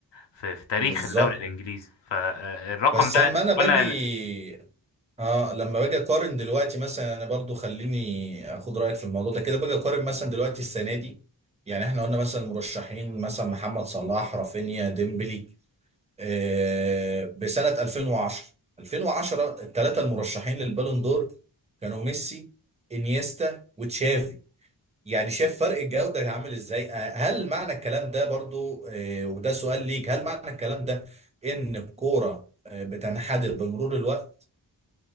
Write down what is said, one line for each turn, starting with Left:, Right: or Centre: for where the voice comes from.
Left: في, في تاريخ
Right: بالظبط
Left: الدوري الانجليزي فالرقم
Right: بس
Left: ده
Right: اما انا باجي
Left: ولا
Right: اه لما باجي اقارن دلوقتي مثلا انا برضو خليني اخد رايك في الموضوع ده كده باجي اقارن مثلا دلوقتي السنه دي يعني احنا قلنا مثلا المرشحين مثلا محمد صلاح رافينيا ديمبلي آه بسنه 2010 2010 الثلاثه المرشحين للبالون دور كانوا ميسي انيستا وتشافي يعني شايف فرق الجودة عامل ازاي آه، هل معنى الكلام ده برضو آه، وده سؤال ليك هل معنى الكلام ده ان الكورة آه، بتنحدر بمرور الوقت